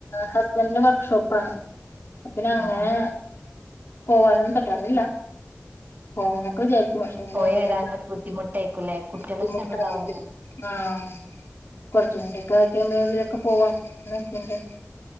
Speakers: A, on the left (about 60°); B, on the right (about 40°).
A: ഹസ്ബൻഡന് വർക്ക്ഷോപ്പാണ് പിന്നെ അങ്ങനെ
B: ആഹ് ആഹ്
A: പോവാനൊന്നും പറ്റാറില്ല പോണം എന്നൊക്കെ വിചാരിക്കുന്നു എങ്ങനെ
B: പോയി
A: ഉണ്ടായി നിങ്ങൾക്ക്
B: വരാനൊരു ബുദ്ധിമുട്ടായിക്കൂല്ലേ കുട്ടികള്
A: ബുദ്ധിമുട്ടായിരിക്കും
B: ചെറുതാവുമ്പോ
A: ആഹ് കൊറച്ച് കൂടെക്കെ ആയി കഴിയുബള് ഉള്ളിലൊക്കെ പോവാ <unintelligible>